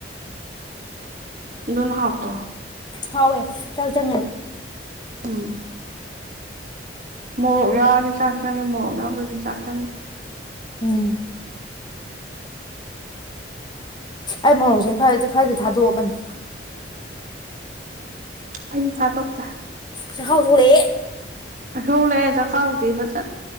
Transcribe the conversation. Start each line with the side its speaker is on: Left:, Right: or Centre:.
Right: ꯑꯗꯨꯅ ꯍꯥꯎꯇꯔꯣ
Left: ꯍꯥꯎꯏ ꯆꯥꯛ ꯆꯪꯉꯦ꯫
Right: ꯎꯝ ꯃꯣꯔꯣꯛ ꯌꯥꯎꯔꯗꯤ ꯆꯥꯛ ꯆꯪꯉꯦ ꯃꯣꯔꯣꯛ ꯌꯥꯎꯗ꯭ꯔꯗꯤ ꯆꯥꯛ ꯆꯪꯗꯦ
Left: ꯎꯝ ꯑꯩ ꯃꯣꯔꯣꯛꯁꯦ <unintelligible> ꯊꯥꯗꯣꯛꯑꯕꯅꯤ
Right: ꯑꯩꯗꯤ ꯊꯥꯗꯣꯛꯇꯦ
Left: ꯆꯈꯥꯎ ꯁꯣꯛꯂꯛꯑ
Right: <unintelligible> <unintelligible> <unintelligible>